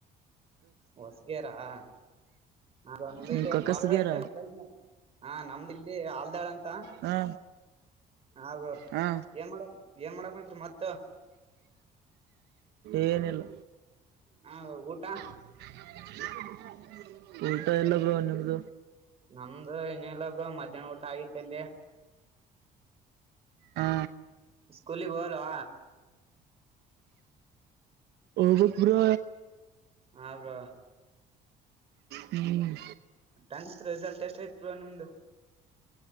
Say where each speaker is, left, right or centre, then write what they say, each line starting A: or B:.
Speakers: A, on the right (about 35°); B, on the right (about 80°).
A: ಹೊಸ್ಗೇರಾ ಆ ನಮ್ದು <unintelligible>
B: ಹ್ಮ್ ಕಕ್ಕಸ್ಗೇರ
A: ಹಾ ನಮ್ಮದಿಲ್ಲಿ ಆಲ್ದಾಳ ಅಂತಾ
B: ಹಾ
A: ಹಾ ಬ್ರೋ
B: ಹಾ
A: ಏನ್ ಮಾಡ ಏನ್ ಮಾಡಕ ಕುಂತ್ರಿ ಮತ್ತ.
B: ಏನಿಲ್.
A: ಹಾ ಊಟಾ.
B: <inaudible> ಊಟಾ ಇಲ್ಲ ಬ್ರೋ ನಿಮ್ದ.
A: ನಮ್ದ್ ಹಿನ್ನ ಬ್ರೋ ಮಧ್ಯಾಹ್ನ ಊಟ ಆಗಿತ್ತ ಅಲ್ಲಿ.
B: ಹಾ
A: ಸ್ಕೂಲಿಗ ಹೋಗಲ್ವಾ.
B: ಹೊಗ್ಬೇಕ್ ಬ್ರೋ.
A: ಹಾ ಬ್ರೋ
B: ಹ್ಮ್
A: ಟೆಂತ್ ರಿಸಲ್ಟ್ ಎಷ್ಟ ಐತ್ ಬ್ರೋ ನಿಮ್ದು.